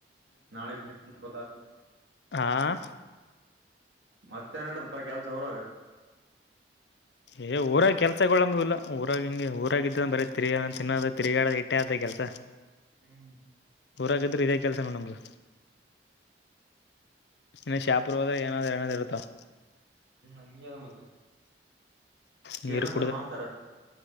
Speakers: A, on the right (about 85°); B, on the left (about 65°).
A: ನಾಳೆಟದ
B: ಆಾ
A: ಮತ್ತೆ ನಡದಪ್ಪಾ ಕೆಲ್ಸ ಹೊರಗ
B: ಏ ಊರಾಗ ಕೆಲ್ಸಂಬ ಇಲ್ಲ ಊರಾಗ ಹಿಂ ಊರಾಗಿದ್ರ ಬರೀ ತಿರುಗ ತಿನ್ನದ ತಿರ್ಗಾಡ ಇಟ್ಟೇ ಆದ ಕೆಲ್ಸ
A: ಹ್ಮ್
B: ಊರಕಿದ್ರೆ ಇದೇ ಕೆಲ್ಸನ ನಮ್ದ ಇನ್ನ ಶಾಪುರ್ ಹೋದ್ರ ಏನಾದ್ ಏನಾದ್ ಇರುತಾವ
A: ಸಂಾದ ಮತ್ತ
B: ನೀರ್
A: ಏನಂತಾರ
B: ಕುಡ್ದ
A: ಮಾಸ್ತಾರ